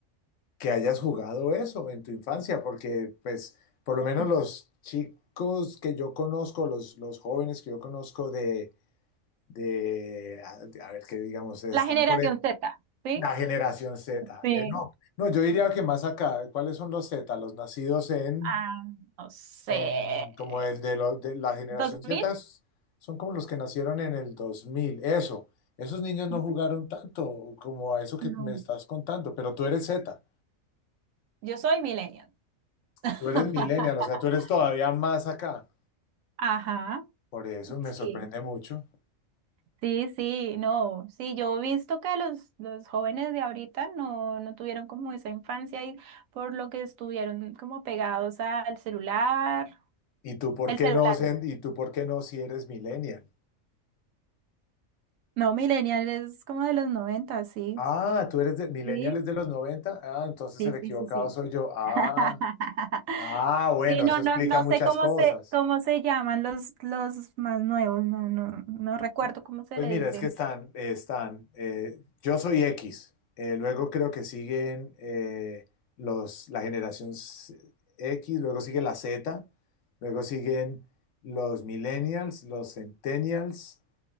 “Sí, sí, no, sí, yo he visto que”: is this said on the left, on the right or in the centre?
Right